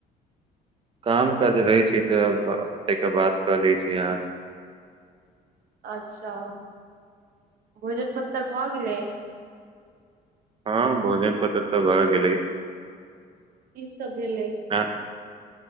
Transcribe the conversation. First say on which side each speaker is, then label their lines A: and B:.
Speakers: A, on the right; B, on the right.
A: काम काज रहै छै तब तयके बात कऽ लै छी अहाँ से।
B: अच्छा, भोजन पत्तर भऽ गेलै।
A: हँ भोजन पत्तर तऽ भय गेलै।
B: की सब भेलै?
A: एं।